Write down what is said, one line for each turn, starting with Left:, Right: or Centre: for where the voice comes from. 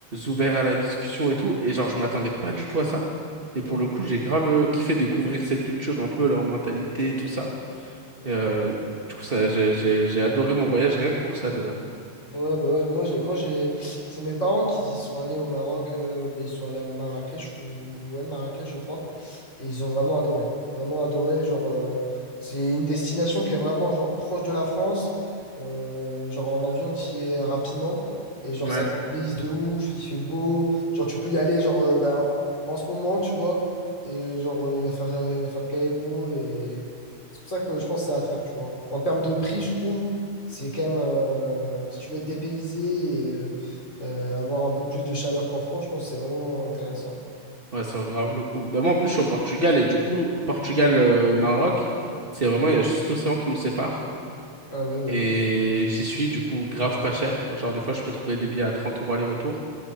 Right: ouverts à la discussion et tout. Et genre, je m'attendais pas du tout à ça. Et pour
Left: mhm.
Right: le coup, j'ai grave euh, kiffé découvrir cette culture, un peu leur mentalité, et tout ça.
Left: Donc,
Right: Et, euh, du coup, ça, j'ai, j'ai, j'ai adoré mon voyage rien que pour ça déjà.
Left: Ouais, bah ouais, moi j'ai, moi j'ai, c'est mes parents qui y sont allés au Maroc, euh, bah, ils sont allés à Marrakech ou ouais Marrakech je crois, et ils ont vraiment adoré, vraiment adoré, genre euh, c'est une destination qui est vraiment genre proche de la France, euh, genre en avion qui est rapidement et genre
Right: Ouais.
Left: ça te payse de ouf, il fait beau, genre tu peux y aller genre euh, ben, en ce moment tu vois, et genre euh, il va faire euh, il va faire gai et beau et c'est pour ça que je pense que c'est à faire tu vois. En termes de prix je trouve. C'est quand même, euh, si tu veux être dépaysé et euh, euh, avoir un peu plus de chaleur qu'en France, je pense que c'est vraiment intéressant.
Right: Ouais, ça vaut grave le coup. Ben moi, en plus, je suis au Portugal et du coup, Portugal-Maroc, c'est vraiment, il y a juste l'océan qui nous sépare.
Left: Ah ouais, bah
Right: Et
Left: oui.
Right: j'y suis, du coup, grave pas cher. Genre, des fois, je peux trouver des billets à 30 euros aller-retour.